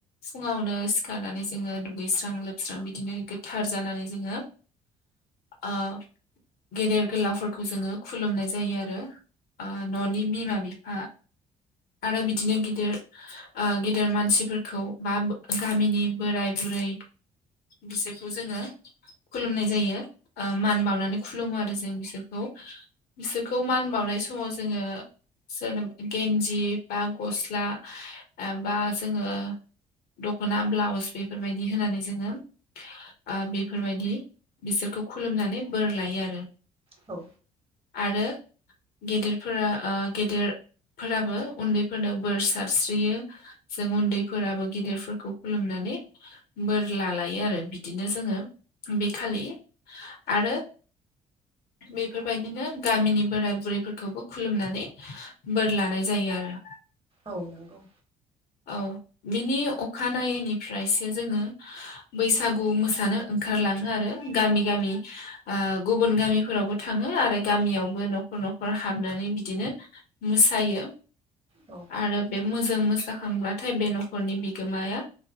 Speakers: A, on the left (about 60°); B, on the right (about 30°).
A: फुङावनो सिखारनानै जोङो दुगैस्रां लोबस्रां बिदिनो गोथार जानानै जोङो ओ गेदेर गोलाव फोरखौ जोङो खुलुमनाय जायो आरो ओ न'नि बिमा बिफा आरो बिदिनो गिदिर ओ गेदेर मानसि फोरखौ बा गामिनि बोराय बुरै बिसोरखौ जोङो खुलुमनाय जायो ओ मान बावनानै खुलुमो आरो जों बिसोरखौ। बिसोरखौ मान बावनाय समाव जोङो सोरनोबा गेनजि बा गस्ला बा जोङो दख'ना ब्लाउस बेफोर बायदि होनानै जोङो ओ बेफोर बायदि बिसोरखौ खुलुमनानै बोर लायो आरो।
B: औ।
A: आरो गेदेर फोरा ओ गेदेर फोराबो उन्दै फोरनो बोर सारस्रियो जों उन्दै फोराबो गिदिर फोरखौ खुलुमनो नै बोर लालायो आरो बिदिनो जोङो बे खालि आरो बे बेफोर बायदिनो गामिनि बोराय बुरै फोरखौबो खुलुमनानै बोर लानाय जायो आरो।
B: औ नंगौ।
A: औ बिनि अखानायैनि फ्रायसो जोङो बैसागु मोसानो ओंखारला ङो आरो गामि गामि ओ गुबुन गामि फोरावबो थाङो आरो गामियावबो न'खर न'खर हाबनानै बिदिनो मोसायो।
B: औ
A: आरो बे मोजां मोसा खांब्लाथाय बे न'खरनि बिगोमाया